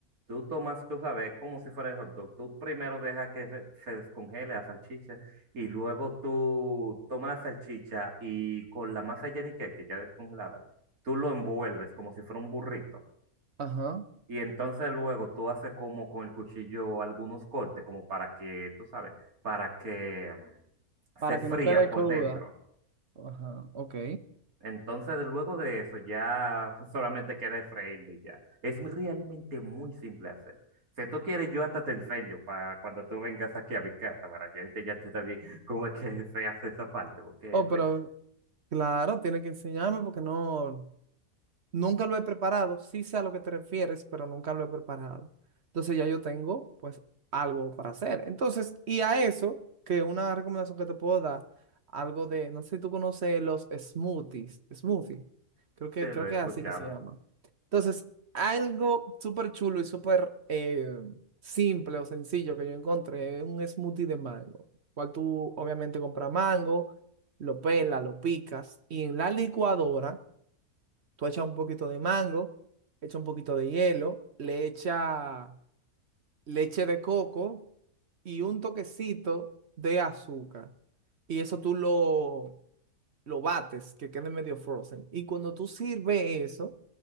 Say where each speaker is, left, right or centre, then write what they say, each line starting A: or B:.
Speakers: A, on the right; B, on the right.
A: Tú tomas, tú sabes, como si fuera el hot dog. Tú primero dejas que se, se descongele la salchicha y luego tú tomas la salchicha y con la masa yenique, que ya descongelada, tú lo envuelves como si fuera un burrito.
B: Ajá,
A: Y entonces luego tú haces como con el cuchillo algunos cortes, como para que, tú sabes, para que mm,
B: para
A: se fría
B: que no quede
A: por
B: cruda.
A: dentro.
B: Ajá, ok.
A: Entonces, de- luego de eso, ya <laughs> solamente queda freírlo y ya. Es muy- realmente muy simple hacer. Si tú quieres, yo hasta te enseño para cuando tú vengas aquí a mi casa, para yo enseñarte también cómo es que se hace esa parte, porque
B: Oh,
A: re-
B: pero claro, tiene que enseñarme porque no, Nunca lo he preparado, sí sé a lo que te refieres, pero nunca lo he preparado. Entonces ya yo tengo pues algo para hacer. Entonces, y a eso, que una recomendación que te puedo dar, algo de, no sé si tú conoces los smoothies, smoothie, creo
A: se
B: que, creo
A: lo he
B: que
A: escuchado.
B: es así que se llama. Entonces, algo súper chulo y súper eh, simple o sencillo que yo encontré, es un smoothie de mango, cual tú obviamente compras mango, lo pelas, lo picas y en la licuadora Tú echas un poquito de mango, echas un poquito de hielo, le echas leche de coco y un toquecito de azúcar. Y eso tú lo, lo bates, que quede medio frozen. Y cuando tú sirves eso,